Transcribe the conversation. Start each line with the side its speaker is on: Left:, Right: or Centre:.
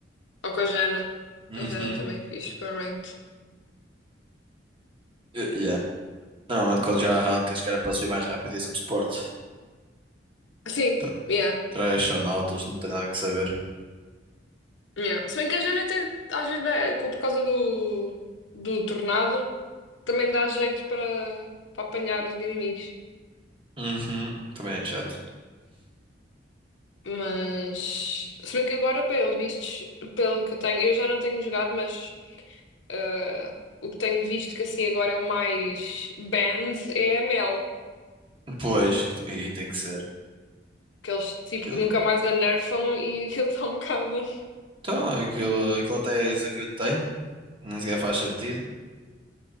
Left: ou com a Jana.
Right: Uhum.
Left: A Jana também é fixe para ranked.
Right: Eh, Yeah. Normalmente quando já arrancas, que era para subir mais rápido e é sempre suporte.
Left: Sim,
Right: Tra-
Left: yeah.
Right: Trashonautas, não tem nada que saber.
Left: Yeah. Se bem que a Jana até às vezes dá- co- por causa do, do tornado também dá jeito para, para apanhar os inimigos.
Right: Uhum. Também é chato.
Left: Mas se bem que agora, pelos vistos, pelo que eu tenho, eu já não tenho jogado, mas ah, o que tenho visto que assim agora é o mais banned é a Mel.
Right: Depois, que te- aí tem que ser.
Left: Que eles tipo
Right: Aquilo,
Left: nunca mais a nerfam e <laughs> aquilo está um bocado.
Right: então, aquilo, aquilo até é isso que eu tenho. Nem sequer faz sentido.